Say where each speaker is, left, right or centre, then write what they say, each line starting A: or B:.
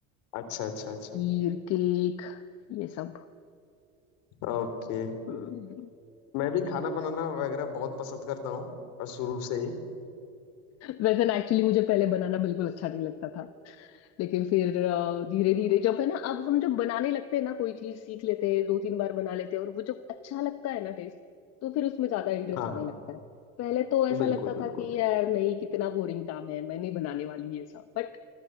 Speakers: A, on the left; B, on the left.
A: अच्छा अच्छा अच्छा
B: खीर केक ये सब
A: ओके
B: हम्म।
A: मैं भी खाना बनाना वगैरह बहुत पसंद करता हूँ और शुरू से ही
B: वैसे ना एक्चुअली मुझे पहले बनाना बिल्कुल अच्छा नहीं लगता था लेकिन फिर धीरे धीरे जब है ना अब हम जब बनाने लगते हैं ना कोई चीज सीख लेते हैं दो तीन बार बना लेते हैं और वो जब अच्छा लगता है ना टेस्ट तो फिर उसमें ज्यादा इंटरेस्ट
A: हाँ
B: आने
A: हाँ
B: लगता है पहले तो ऐसा
A: बिल्कुल
B: लगता
A: बिल्कुल
B: था कि यार नहीं कितना बोरिंग काम है मैं नहीं बनाने वाली ये सब बट